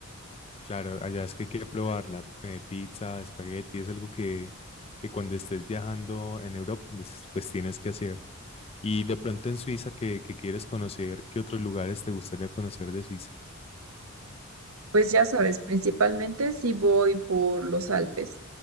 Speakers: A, on the left; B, on the right.
A: claro, allá es que hay que probarla. eh, pizza, espagueti, es algo que, que cuando estés viajando en Europa, pues, pues tienes que hacer. Y de pronto en Suiza, que, que quieres conocer, ¿qué otros lugares te gustaría conocer de Suiza?
B: Pues ya sabes, principalmente si voy por los Alpes,